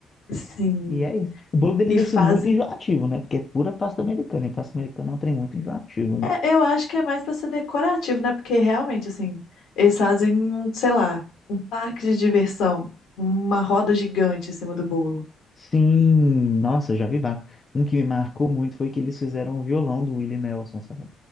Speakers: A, on the left; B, on the left.
A: Sim.
B: e é isso. O bolo deles
A: E
B: é
A: fazem.
B: assim, muito enjoativo, né? Porque é pura pasta americana. E pasta americana é um trem muito enjoativo, né?
A: É, eu acho que é mais para ser decorativo, né? Porque realmente, assim, eles fazem, um, sei lá, um parque de diversão, uma roda gigante em cima do bolo.
B: Sim, nossa, já vi vários. Um que me marcou muito foi que eles fizeram o violão do Willie Nelson, sabe?